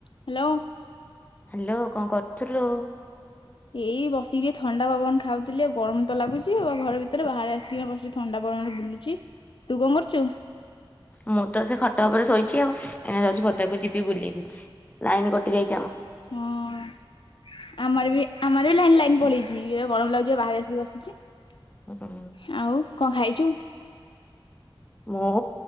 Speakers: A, on the left (about 60°); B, on the left (about 15°).
A: Hello.
B: Hello କଣ କରଥୁଲୁ?
A: ଏଇ ବସିକି ଟିକେ ଥଣ୍ଡା ପବନ ଖାଉଥିଲି ଆଉ ଗରମ ତ ଲାଗୁଚି, ଆଉ ଘର ଭିତରେ ବାହାରେ ଆସିକି ବସି ଥଣ୍ଡା ପବନରେ ବୁଲୁଚି, ତୁ କଣ କରୁଚୁ?
B: ମୁଁ ତ ସେ ଖଟ ଉପରେ ଶୋଇଚି ଆଉ, ଏଇନା ଯାଉଚି ପଦାକୁ ଯିବି ବୁଲିବି, ଲାଇନ୍ କଟି ଯାଇ
A: ହଁ ଆମର ବି ଆମର ବି ଲାଇନ୍ ଲାଇନ୍ ପଳେଇଚି, ଇଏ ଗରମ ଲାଗୁଚି ପା ବାହାରେ ଆସିକି ବସିଚି।
B: ହୁଁ,
A: ଆଉ କଣ ଖାଇଚୁ?
B: ମୁଁ